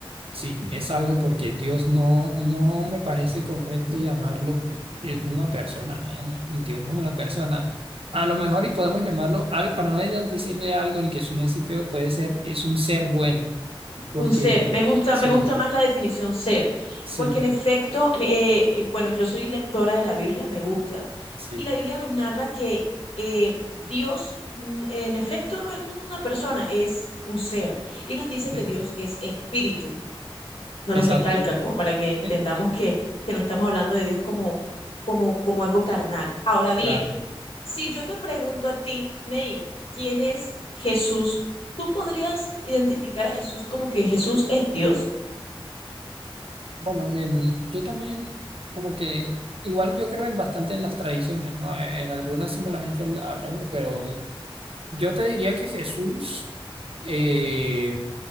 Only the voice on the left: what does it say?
Un ser, me gusta,
me gusta más la definición ser,
porque en efecto, me- eh, eh, bueno, yo soy lectora de la Biblia, me gusta,
y la Biblia nos narra que eh, Dios, mm, en efecto, no es una persona, es un ser, y nos dice que
Dios es espíritu, nos
lo recalca como para que entendamos
que, que no estamos hablando de Dios como, como, como algo carnal. Ahora bien,
si yo te pregunto a ti, May, ¿quién es Jesús? ¿Tú podrías identificar a Jesús como que Jesús es Dios?